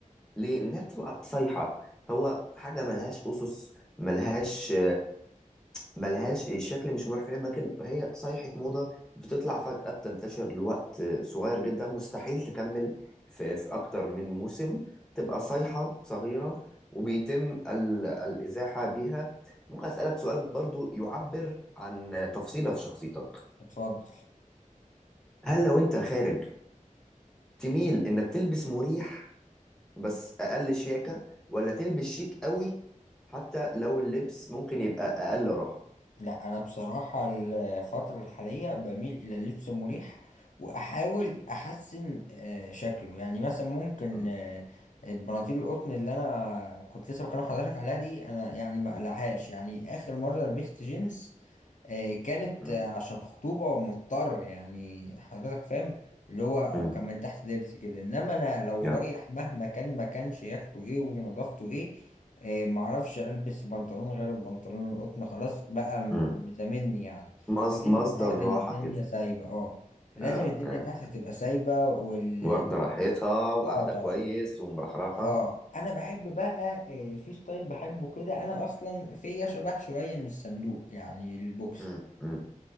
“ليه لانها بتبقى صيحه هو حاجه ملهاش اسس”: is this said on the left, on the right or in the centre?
Centre